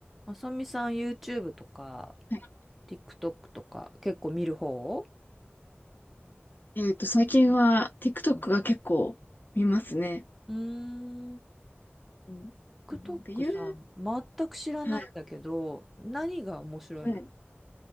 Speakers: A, in the centre; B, on the left.
A: まさみさん YouTube とか
B: は
A: TikTok とか結構見る方
B: い。えっと、最近は TikTok
A: うん
B: が結構見ますね。
A: うーん。
B: うん。
A: TikTok
B: うんで、ゆう、
A: さ、全く知らないんだけど、
B: はい。
A: 何が面白いの
B: はい